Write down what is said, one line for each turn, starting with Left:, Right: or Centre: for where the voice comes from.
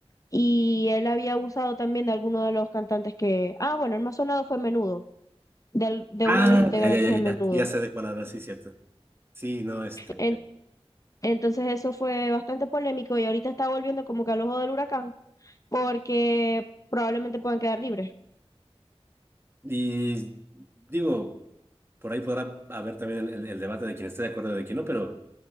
Left: Y él había abusado también de alguno de los cantantes que, ah, bueno, el más sonado fue Menudo, de, al- de
Right: Ah,
Left: uno de los integrantes
Right: ya, ya, ya,
Left: de Menudo.
Right: ya. Sí, Ya sé de cuál hablas, sí, cierto. Sí, no, este.
Left: En- entonces eso fue bastante polémico y ahorita está volviendo como que al ojo del huracán porque probablemente puedan quedar libres.
Right: Y digo, por ahí podrá haber también el, el- el debate de quién esté de acuerdo y de quién no, pero